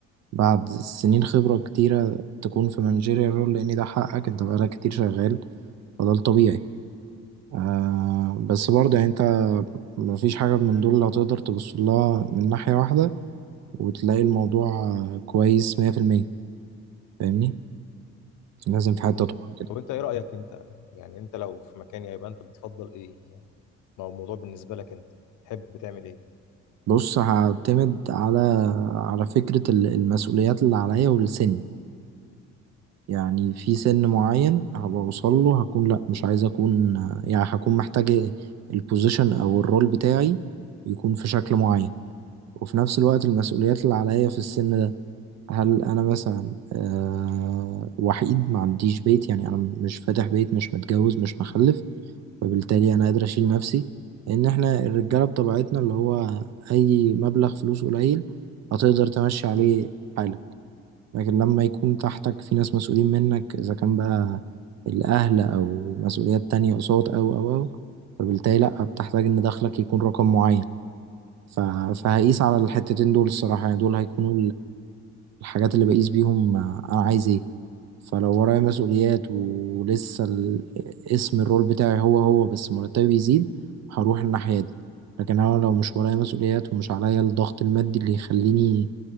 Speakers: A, on the right; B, on the left.
A: بعد سنين خبرة كتيرة تكون في مانجيريال رول لان ده حقك انت بقالك كتير شغال فده الطبيعي آه بس برضه يعني انت مفيش حاجة من دول اللي هتقدر تبص لها من ناحية واحدة وتلاقي الموضوع آه، كويس مية في المية فاهمني لازم في حتة
B: امم
A: تقع كده
B: طب انت ايه رايك انت يعني انت لو في مكاني هيبقى انت بتفضل ايه يعني ما هو الموضوع بالنسبه لك انت تحب تعمل ايه
A: بص هعتمد على على فكرة ال- المسؤوليات اللي عليا والسن يعني في سن معين هبقى اوصل له هكون لا مش عايز اكون آه، يعني هكون محتاج البوزيشن او الرول بتاعي يكون في شكل معين وفي نفس الوقت المسؤوليات اللي عليا في السن ده هل انا مثلا أه وحيد ما عنديش بيت يعني انا مش فاتح بيت مش متجوز مش مخلف فبالتالي انا قادر اشيل نفسي لان احنا الرجاله بطبيعتنا اللي هو اي مبلغ فلوس قليل هتقدر تمشي عليه حالك لكن لما يكون تحتك في ناس مسؤولين منك اذا كان بقى الاهل او مسؤوليات تانية قصاد او او او فبالتالي لا بتحتاج ان دخلك يكون رقم معين ف- فهقيس على الحتتين دول الصراحة يعني دول هيكونوا الحاجات اللي بقيس بيهم آه، انا عايز ايه فلو ورايا مسؤوليات ولسه ال- اسم الرول بتاعي هو هو بس مرتبي بيزيد هروح الناحية دي لكن انا لو مش ورايا مسؤوليات ومش عليا الضغط المادي اللي يخليني